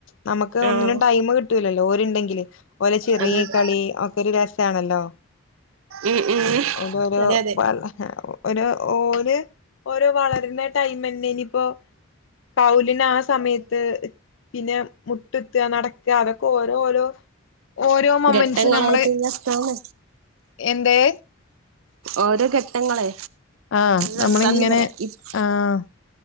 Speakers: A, on the left; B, on the right.
A: നമുക്ക്
B: ആഹ്
A: ഒന്നിനും ടൈം കി കിട്ടൂലല്ലോ ഓരോണ്ടെങ്കില് ഓലെ ചിരി
B: അതെ അതെ
A: കളി ഒക്കെ ഒരു രസാണല്ലോ
B: ഉം ഉം
A: അതൊരു
B: അതെ അതെ
A: വള ഒരു ഓര് ഓരോ വളരുന്ന ടൈം തന്നെ ഇനിപ്പോ. കൗലിന് ആഹ് സമയത്ത് പിന്നെ മുട്ട്കുത്തുക നടക്കുക അതൊക്കെ ഓരോ ഓരോ ഓരോ മൊമന്റസും
B: ഘട്ടങ്ങളായിട്ട്
A: നമ്മള്
B: രസാണ്
A: എന്തേ
B: ഓരോ ഘട്ടങ്ങളെ
A: ആഹ്
B: രസാന്ന്
A: നമ്മളിങ്ങനെ
B: പറയാ ഇപ്പ്‌
A: ആഹ്